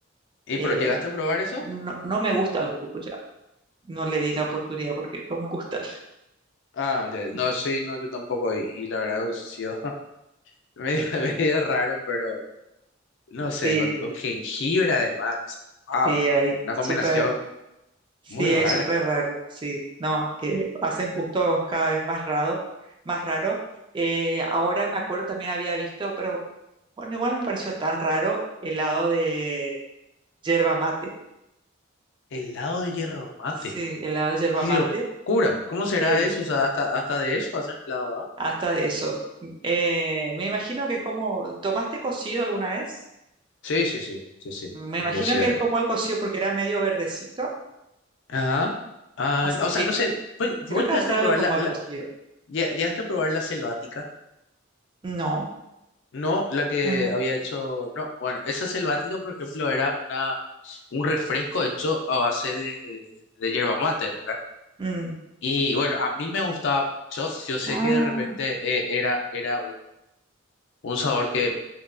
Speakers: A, on the left; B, on the right.
A: ¿y
B: Eh,
A: pero llegaste a probar eso?
B: no, no me gusta el burucuyá. No le di la oportunidad porque no me gusta.
A: Ah, ya, no,
B: <laughs>
A: sí, no, yo tampoco, y, y la verdad hubiese sido <laughs> medio, medio raro, pero no
B: Sí,
A: sé, con, con jengibre además, o sea,
B: sí,
A: wow,
B: hay
A: una
B: súper,
A: combinación
B: sí,
A: muy rara.
B: hay súper raro. Sí, no, eh, hacen gustos cada vez más raro, más raro. Eh, ahora me acuerdo también había visto, pero bueno, igual no me pareció tan raro helado de yerba mate.
A: Helado de hierro mate,
B: Sí, helado de yerba
A: qué
B: mate
A: locura, ¿cómo será
B: eh,
A: eso? O sea, hasta, hasta de eso hacen helado, ¿ah?
B: hasta de eso. Eh, me imagino que es como, ¿tomaste cocido alguna vez?
A: Sí, sí, sí, sí, sí.
B: Me
A: Como
B: imagino
A: que sí,
B: que
A: eh,
B: es como el cocido porque era medio verdecito,
A: Ajá. Ah,
B: así
A: o
B: que
A: sea, no sé, pues, vos
B: creo que
A: llegaste
B: va a ser
A: a probar
B: algo como
A: la,
B: el
A: la-
B: cocido.
A: lle- llegaste a probar la selvática.
B: No,
A: No, la que
B: no, no.
A: había hecho, no, bueno, esa selvática, por ejemplo, era una un refresco hecho a base de, de yerba mate, ¿verdad?
B: Mm.
A: Y bueno, a mí me gustaba mucho. Yo sé
B: Ah,
A: que de repente eh, era era un, un sabor que